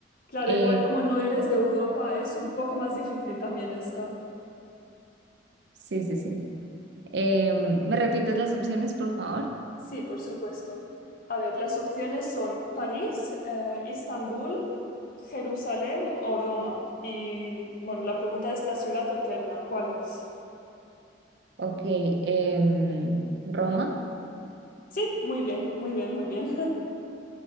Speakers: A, on the left; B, on the right.
A: Claro,
B: Eh,
A: igual como no eres de Europa, es un poco más difícil también esta.
B: sí, sí, sí. Em, ¿me repites las opciones, por favor?
A: Sí, por supuesto. A ver, las opciones son París, eh, Istambul, Jerusalén o Roma. Y bueno, la pregunta es la ciudad eterna, ¿cuál es?
B: Ok. em, Roma.
A: Sí, muy bien, muy bien, muy bien. <laughs>